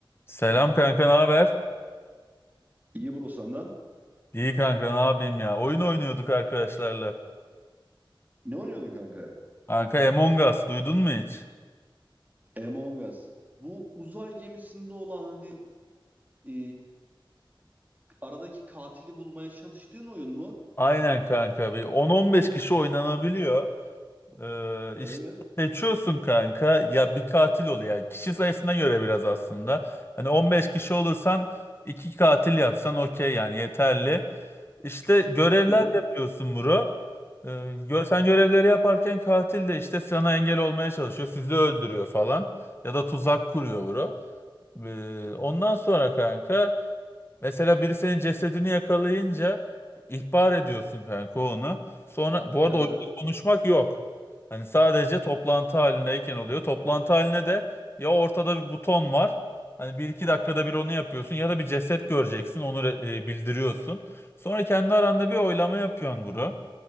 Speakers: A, on the left; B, on the right.
A: Selam kanka, ne haber?
B: İyi bro senden.
A: İyi kanka, ne yapayım ya? Oyun oynuyorduk arkadaşlarla.
B: Ne oynuyordun kanka?
A: Kanka Among Us duydun mu hiç?
B: Among Us. Bu uzay gemisinde olan hani e, aradaki katili bulmaya çalıştığın oyun mu?
A: Aynen kanka bir 10-15 kişi oynanabiliyor. Ee,
B: Evet.
A: işte seçiyorsun kanka ya bir katil oluyor. Yani kişi sayısına göre biraz aslında. Hani 15 kişi olursan iki katil yapsan okey yani yeterli. İşte görevler
B: Hı hı.
A: yapıyorsun bro. Ee, gö- sen görevleri yaparken katil de işte sana engel olmaya çalışıyor. Sizi öldürüyor falan. Ya da tuzak kuruyor bro. Ee, Ondan sonra kanka mesela biri senin cesedini yakalayınca ihbar ediyorsun kanka onu. Sonra bu arada
B: Evet.
A: oyunda konuşmak yok. Hani sadece toplantı halindeyken oluyor. Toplantı haline de ya ortada bir buton var. Hani bir iki dakikada bir onu yapıyorsun ya da bir ceset göreceksin onu re- e, bildiriyorsun. Sonra kendi aranda bir oylama yapıyorsun bunu.